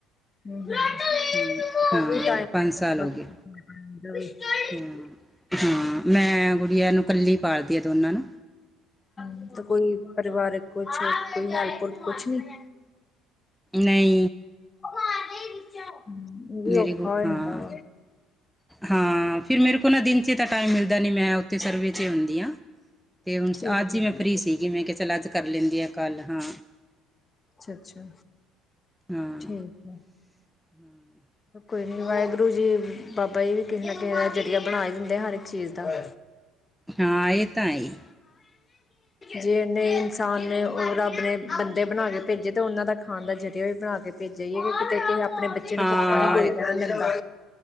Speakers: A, on the left; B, in the centre.
A: <unintelligible>
B: ਹਮ, ਹਾਂ ਸਾਲ ਹੋ ਗਏ ਹਾਂ, ਹਾਂ ਮੈਂ ਗੁੜੀਆਂ ਨੂੰ ਕੱਲੀ ਪਾਲਦੀ ਆ ਦੋਨਾਂ ਨੂੰ।
A: ਹੂੰ ਤੇ ਕੋਈ ਪਰਿਵਾਰਕ ਕੁਛ, ਕੋਈ ਹੈਲਪ-ਹੁਲਪ ਕੁਛ ਨੀ। <inaudible>
B: ਨਈ
A: ਐਵੀ
B: ਮੇਰੀ
A: ਔ।
B: ਗੁ-
A: ਖਾ ਹੋ ਜਾਂਦਾ
B: ਹਾਂ
A: ਵਾ
B: ਹਾਂ ਫਿਰ ਮੇਰੇ ਕੋਲ ਨਾ ਦਿਨ ਚ ਤਾਂ ਟਾਈਮ ਮਿਲਦਾ ਨਈ ਮੈਂ ਓੱਥੇ ਸਰਵੇ ਚ ਹੁੰਦੀ ਆ। ਤੇ ਹੁਣ
A: ਠੀਕ
B: ਅੱਜ
A: ਹੈ
B: ਈ ਮੈਂ ਫਰੀ ਸੀਗੀ ਮੈਂ ਕਿਆ ਚੱਲ ਆੱਜ ਕਰ ਲੈਂਦੀ ਆ ਕੱਲ ਹਾਂ।
A: ਅੱਛਾ-ਅੱਛਾ
B: ਹਾਂ
A: ਠੀਕ ਐ।
B: <inaudible>
A: ਕੋਈ ਨੀ ਵਾਈਗੁਰੂ ਜੀ ਬਾਬਾ ਜੀ ਵੀ ਕਿਸੇ ਨਾ ਕਿਸੇ ਦਾ ਜਰੀਆ ਬਨਾ ਈ ਦਿੰਦੇ ਆ ਹਰ ਇੱਕ ਚੀਜ਼ ਦਾ। <inaudible>
B: ਹਾਂ ਇਹ ਤਾਂ ਹੈ ਹੀ।
A: ਜੇ ਐਨੇ ਇਨਸਾਨ ਨੇ ਓ ਰੱਬ ਨੇ ਬੰਦੇ ਬਣਾ ਕੇ ਪੇਜੇ ਤਾਂ ਓਨਾਂ ਦਾ ਖਾਨ ਦਾ ਜ਼ਰੀਆ ਵੀ ਬਣਾ ਕੇ ਪੇਜੇ ਈਏ ਕਿਤੇ ਅਪਣੇ ਬੱਚੇ ਨੂੰ
B: ਹਾਂ
A: ਭੁੱਖਾ ਨੀ ਕੋਈ ਰੈਨ ਦਿੰਦਾ।